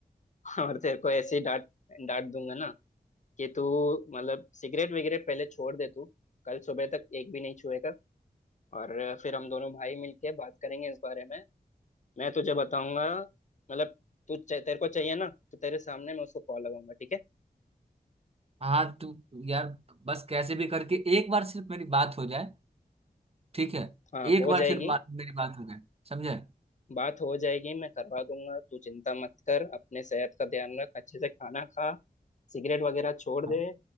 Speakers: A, on the left (about 45°); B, on the right (about 35°).
A: <laughs> और तेरे को ऐसे ही डांट डांट दूंगा ना कि तू मतलब सिगरेट वगैरह पहले छोड़ दे तू कल सुबह तक एक भी नहीं छुएगा और फिर हम दोनों भाई मिलके बात करेंगे इस बारे में मैं तुझे बताऊंगा मतलब तू तेरे को चाहिए ना तो तेरे सामने मैं उसको कॉल लगाऊंगा ठीक है
B: हाँ तू यार बस कैसे भी करके एक बार सिर्फ मेरी बात हो जाए ठीक है
A: हाँ
B: एक
A: हो
B: बार
A: जाएगी
B: सिर्फ बात, मेरी बात हो जाए समझे
A: बात हो जाएगी मैं करवा दूंगा तू चिंता मत कर अपने सेहत का ध्यान रख अच्छे से खाना खा सिगरेट वगैरह छोड़ दे
B: हाँ